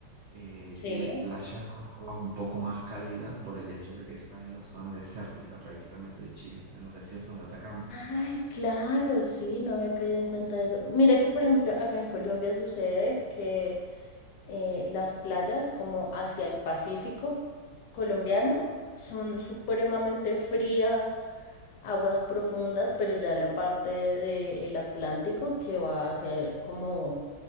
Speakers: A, on the right; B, on the left.
A: Eh,
B: sí.
A: tienes playas con aguas un poco más cálidas por el hecho de que estás en la zona desértica prácticamente de Chile, en los desiertos de Atacama.
B: Ay, claro, sí, no había caído en cuenta de eso. Mira que, por ejemplo, acá en Colombia sucede que eh, las playas como hacia el Pacífico colombiano son supremamente frías, aguas profundas, pero ya la parte del Atlántico que va hacia el- como